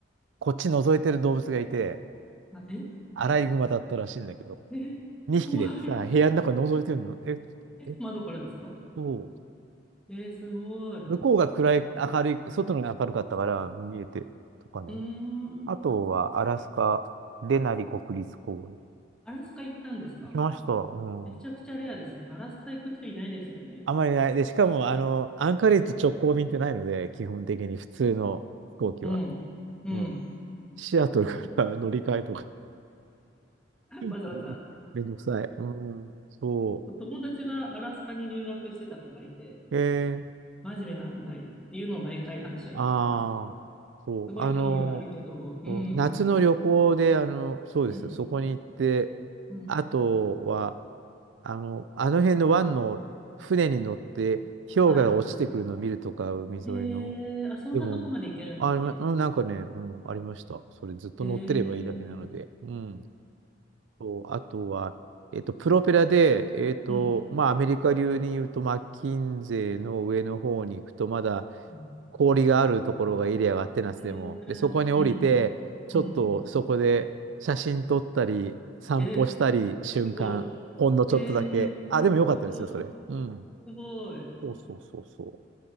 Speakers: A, on the right; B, in the centre.
A: こっち覗いてる動物がいて、
B: あ、え
A: アライグマだったらしいんだけど、
B: <laughs> え怖い。
A: 2匹でさ、部屋の中覗いてるの。え、
B: <laughs> え窓からですか
A: えっと、
B: えー、すごい。う
A: 向こうが暗い、明るい、外のが明るかったから見えて、とかね。
B: ーん。
A: あとはアラスカ、デナリ国立公園。
B: アラスカ行ったんですか
A: 行きました。うん。
B: めちゃくちゃレアですね。アラスカ行く人いないですよね。
A: あまりない。で、しかも、あの、アンカレッジ直行便ってないので、基本的に普通の飛行機は。
B: うん。うん。
A: うん。シアトルから乗り換えとか
B: そう思
A: <laughs>
B: う <laughs> わざわざ。
A: めんどくさい。うん。そ
B: 友達がアラスカに留学してた子がいて、
A: う。えー、
B: マジでなんもないっていうのを毎回話は聞いてます。
A: ああ、そう。
B: すごい興味はあるけど、
A: あの、
B: うーんっていう。
A: そう夏の旅行で、あの、そうです。
B: うん。
A: そこに行って、
B: うん。
A: あとは、あの、あの辺の湾の船に乗って、氷河が落ちてくるのを見るとか、
B: はい。
A: 海沿いの。
B: へえ、あ、そんなとこまで行けるんですね。
A: でも、あ、りまうん、なんかね、うん、ありました。それずっと乗ってればいいだけなので。
B: へえ、
A: うん。と、あとは、えっと、プロペラで、えっと、
B: うん。う
A: まあ、アメリカ流に言うと、マッキンゼーの上の方に行くと、まだ
B: ん。
A: 氷があるところがエリアがあってナスでも。
B: へえ、
A: で、そこに降りて、
B: うん。
A: ちょっとそこで写真撮ったり、
B: うん。
A: 散歩したり、
B: えー、
A: 瞬間、
B: すごい。
A: ほんのちょっとだけ。
B: えー、
A: あ、でもよかったですよ、
B: すごい。
A: それ。うん。
B: すごい。
A: そうそうそうそう。っ